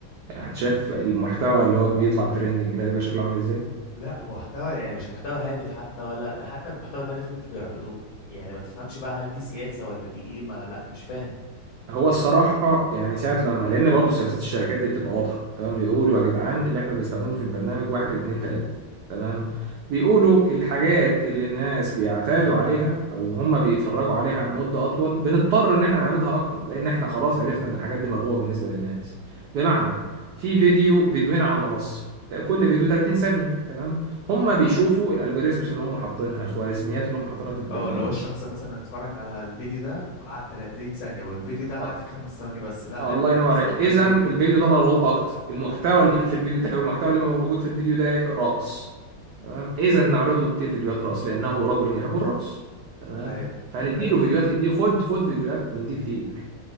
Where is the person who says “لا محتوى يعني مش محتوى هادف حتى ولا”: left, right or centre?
Left